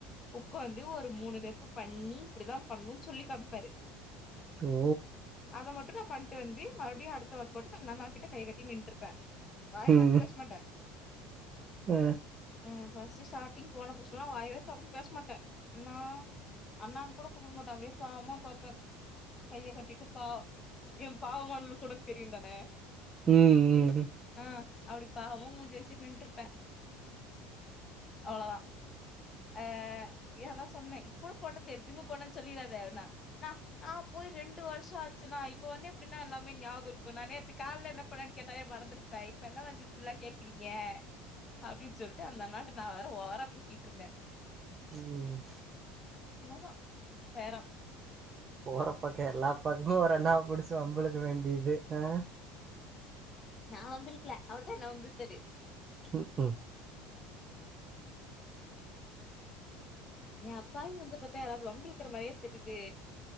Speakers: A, on the left; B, on the right.
A: உக்காந்து ஒரு மூணு ரெப்பு பண்ணி இப்டித்தா பண்ணு சொல்லி காம்பாரு
B: ஓ
A: அத மட்டு நா பன்ட்டு வந்து மறுபடியு அடுத் த ஒர்க் அவுட்டுக்கு அந்த அண்ணா கிட்ட கை கட்டி நின்ட்டு இருப்பே வாயத் தொறந்து
B: ம்
A: பேஸ் மாட்ட
B: அ
A: ம் ஃபஸ்ட்டு ஸ்டாடிங் போன புதுசுல வாயவே தொறந்து பேசமாட்ட அண்ணா அண்ணான் கூட கூப்ட மாட்ட அப்டே நா பாப்பே கைய கட்டிட்டு பா என் பாவமான லுக் உனக் தெரியுந்தான
B: ம் ம் ம்
A: ஆ அப்டி பாவமா மூஞ்ச வசிட்டு நின்ட்டு இருப்பே அவ்வளோதா அ ஏ அதா சொன்னே இது கூட போட்டதுதில்லயா ஜிம்முக்கு போனன் சொல்லிறாத அப்டினா நா நா போய் ரெண்டு வர்ஷோ ஆச்சு நா இப்ப வந்து எப்டின்னா எல்லாமே ஞாபகோ இருக்கு நா நேத்து கால்ல என்ன பண்ணன் கேட்டாவே மறந்துடு இப்ப இப்ப என்ன வந்து இதுல்லா கேக்குறீங்க அப்டின்னு சொல்லிட்டு அந்த அண்ணாட்ட நா வேற ஓவரா பேசிட்டு இருந்தே
B: ம்
A: அவ்ளோதா ஃபேரா
B: போற பக்கோ எல்லா பக்கமு ஒரு அண்ணா புடிச்சு வம்புளுக்க வேண்டியது ஆ
A: நா வம்பிளுலுக்கல அவர் தா என்ன வம்பு இழுத்தாரு
B: ம்ஹும்
A: ஏ அப்பாவி மூஞ்ச பாத்தா யாராவ்து வம்பு இழுக்குற மாரிய தெரிது